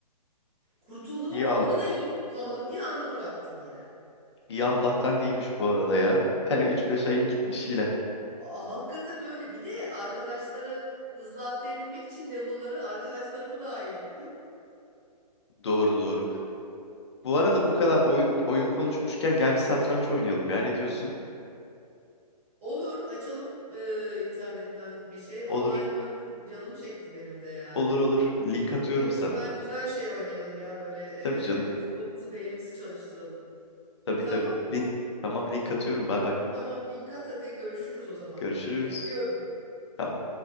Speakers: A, on the right (about 20°); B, on the left (about 40°).
A: Kurtuldum
B: İyi
A: ama
B: al
A: onda da yine kurtulamadım bir anda bıraktım yine.
B: iyi Allah'tan değilmiş bu arada ya. Yani 3-5 ayın gitmiş yine.
A: Aa, hakikaten öyle bir de arkadaşları hızlı atlayabilmek için level'ları arkadaşlarımı dahil ettim.
B: Doğru doğru. Bu arada bu kadar oyun oyun konuşmuşken gel bir satranç oynayalım ya. Ne diyorsun?
A: Olur açalım e, internetten bir şey. Online
B: Olur.
A: oynayalım. Canım çekti benim de yani.
B: Olur olur. Link atıyorum
A: En
B: sana.
A: azından güzel şey oynayalım ya böyle
B: Tabii canım.
A: e, kafamızı beynimizi çalıştıralım.
B: Tabii
A: Tamam.
B: tabii. Link tamam link atıyorum. Bay bay.
A: Tamam link at hadi görüşürüz o zaman.
B: Görüşürüz.
A: Bekliyorum.
B: Tamam.